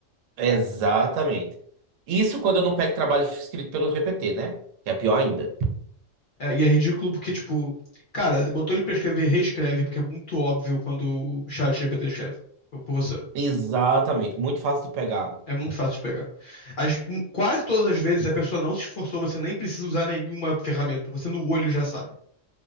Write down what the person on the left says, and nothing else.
É, e é ridículo porque, tipo, cara, botou ele pra escrever, reescreve, porque é muito óbvio quando o chat GPT escreve por por você.
É muito fácil de pegar. As- quase todas as vezes a pessoa não se esforçou, você nem precisa usar nenhuma ferramenta. Você no olho já sabe.